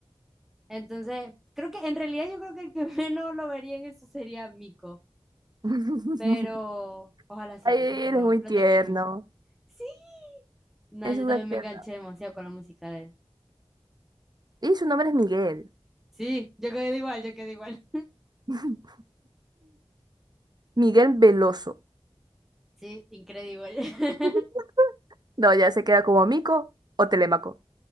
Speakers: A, in the centre; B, on the right (about 45°).
A: Entonces, creo que en realidad yo creo que el que <laughs> menos lo vería en eso sería Mico.
B: <laughs>
A: Pero ojalá sí,
B: Ay,
A: porque es que
B: él
A: lo,
B: es muy
A: lo
B: tierno.
A: te quiero mucho. Sí. No,
B: Es
A: yo
B: súper
A: también
B: tierno.
A: me enganché demasiado con la música de él.
B: Y su nombre es Miguel.
A: Sí, yo quedé igual, yo quedé igual.
B: <laughs> Miguel Veloso.
A: Sí, increíble. <laughs>
B: <laughs> No, ya se queda como Mico o Telémaco.